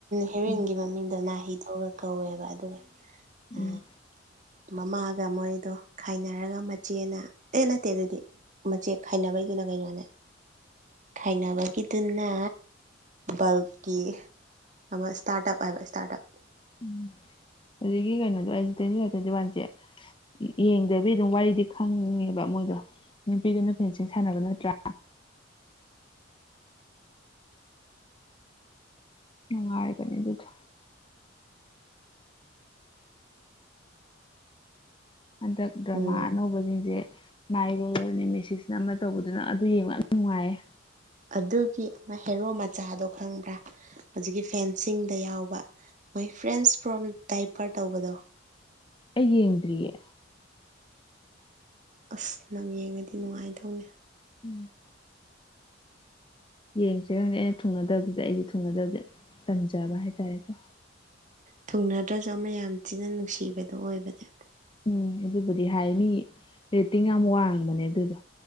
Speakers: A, on the right; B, on the left.
A: ꯍꯦꯔꯣꯏꯟꯒꯤ
B: ꯎꯝ
A: ꯃꯃꯤꯡꯗꯣ ꯅꯥꯍꯤ ꯊꯣꯛꯂꯛ ꯀꯧꯋꯦꯕ ꯑꯗꯨꯒ
B: ꯎꯝ
A: ꯑ ꯃꯃꯥꯒ ꯃꯣꯏꯗꯣ ꯈꯥꯏꯅꯔꯒ ꯃꯆꯦꯅ ꯑꯦ ꯅꯠꯇꯦ ꯅꯠꯇꯦ ꯃꯆꯦ ꯈꯥꯏꯅꯕꯒꯤꯗꯨꯅ ꯀꯩꯅꯣꯅꯦ ꯈꯥꯏꯅꯕꯒꯤꯗꯨꯅ ꯕꯜꯀꯤ ꯑꯃ ꯏꯁꯇꯥꯔꯠ ꯑꯞ ꯍꯥꯏꯕ ꯏꯁꯇꯥꯔꯠ ꯑꯞ
B: ꯎꯝ ꯑꯗꯨꯒꯤ ꯀꯩꯅꯣꯗꯣ ꯑꯩꯁꯦ ꯇ꯭ꯋꯦꯟꯇꯤ ꯐꯥꯏꯚ ꯇ꯭ꯋꯦꯟꯇꯤ ꯋꯥꯟꯁꯦ ꯌꯦꯡꯗꯕꯤ ꯑꯗꯨꯝ ꯋꯥꯔꯤꯗꯤ ꯈꯪꯉꯦꯕ ꯃꯣꯏꯗꯣ ꯅꯨꯄꯤꯗꯨꯅ ꯐꯦꯟꯁꯤꯡ ꯁꯥꯟꯅꯕ ꯅꯠꯇ꯭ꯔꯥ ꯅꯨꯡꯉꯥꯏꯕꯅꯦ ꯑꯗꯨꯗꯣ ꯍꯟꯗꯛ ꯗ꯭ꯔꯃꯥ
A: ꯎꯝ
B: ꯑꯅꯧꯕꯁꯤꯡꯁꯦ ꯃꯥꯏꯔꯣꯜꯅꯦ ꯃꯦꯁꯤꯛꯁꯅ ꯑꯃ ꯇꯧꯕꯗꯨꯅ ꯑꯗꯨ ꯌꯦꯡꯕ ꯌꯥꯝ ꯅꯨꯡꯉꯥꯏꯌꯦ
A: ꯑꯗꯨꯒꯤ ꯑꯃ ꯍꯦꯔꯣ ꯃꯆꯥꯗꯣ ꯈꯪꯕ꯭ꯔꯥ ꯍꯧꯖꯤꯛꯀꯤ ꯐꯦꯟꯁꯤꯡꯗ ꯌꯥꯎꯕ ꯃꯣꯏ ꯐ꯭ꯔꯦꯟꯁ ꯐ꯭ꯔꯣꯝ ꯗꯥꯏꯄꯔ ꯇꯧꯕꯗꯣ
B: ꯑꯩ ꯌꯦꯡꯗ꯭ꯔꯤꯌꯦ
A: ꯑꯁ ꯅꯪ ꯌꯦꯡꯉꯗꯤ ꯅꯨꯡꯉꯥꯏꯗꯧꯅꯦ
B: ꯎꯝ ꯌꯦꯡꯁꯤꯔ ꯈꯪꯗꯦ ꯑꯩꯅ ꯊꯨꯡꯅꯗꯕꯗꯨꯗ ꯑꯩꯁꯦ ꯊꯨꯡꯅꯗꯕꯗ ꯇꯟꯖꯕ ꯍꯥꯏꯇꯥꯔꯦꯀꯣ
A: ꯊꯨꯡꯅꯗ꯭ꯔꯁꯨ ꯑꯃ ꯌꯥꯝ ꯊꯤꯅ ꯅꯨꯡꯁꯤꯕꯗꯨ ꯑꯣꯏꯕꯅꯦ
B: ꯎꯝ ꯑꯗꯨꯕꯨꯗꯤ ꯍꯥꯏ ꯃꯤ ꯔꯦꯇꯤꯡ ꯌꯥꯝ ꯋꯥꯡꯕꯅꯦ ꯑꯗꯨꯗꯣ